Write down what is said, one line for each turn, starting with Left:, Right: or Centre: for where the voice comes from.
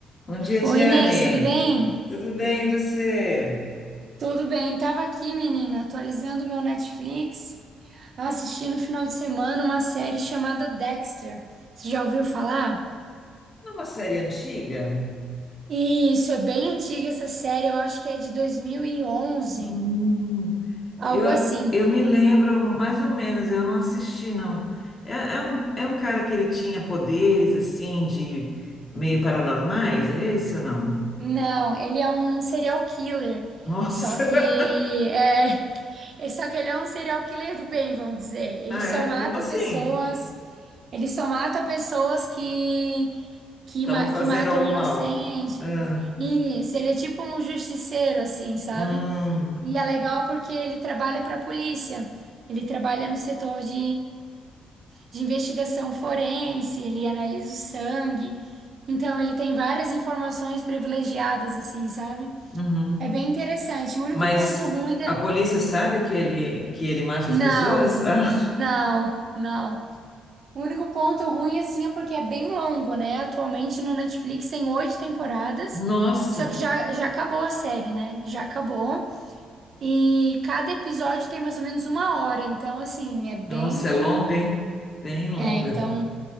Left: Bom dia,
Right: Oi,
Left: Tiane.
Right: Inês, tudo bem?
Left: Tudo bem, e você?
Right: Tudo bem, tava aqui, menina, atualizando o meu Netflix, assisti no final de semana uma série chamada Dexter. Você já ouviu falar?
Left: É uma série antiga?
Right: Isso, é bem antiga essa série, eu acho que é de dois mil e onze,
Left: Hum, eu,
Right: algo assim.
Left: eu me lembro mais ou menos, eu não assisti, não. É, é um, é um cara que ele tinha poderes, assim, de meio paranormais, é esse ou não?
Right: Não, ele é um serial killer,
Left: Nossa!
Right: só que
Left: <laughs>
Right: é, <laughs> é- só que ele é um serial killer do bem, vamos dizer. Ele
Left: Ah,
Right: só
Left: é?
Right: mata
Left: Como assim?
Right: pessoas, ele só mata pessoas que que,
Left: Estavam
Right: ma-
Left: fazendo
Right: que matam
Left: algo
Right: inocentes.
Left: mal? Ah,
Right: Isso, ele é tipo um justiceiro, assim, sabe?
Left: hum,
Right: E é legal porque ele trabalha para a polícia. Ele trabalha no setor de, de investigação forense, ele analisa o sangue. Então, ele tem várias informações privilegiadas, assim, sabe?
Left: uhum.
Right: É bem interessante. O único
Left: Mas
Right: ponto ruim da.
Left: a polícia sabe que ele, que ele mata
Right: Não,
Left: as pessoas? <laughs> Ah,
Right: não, não. O único ponto ruim, assim, é porque é bem longo, né? Atualmente no Netflix tem oito temporadas,
Left: nossa!
Right: só que já, já acabou a série, né? Já acabou. E cada episódio tem mais ou menos uma hora, então, assim, é bem.
Left: Nossa, é longa, hein? Bem longa.
Right: É, então,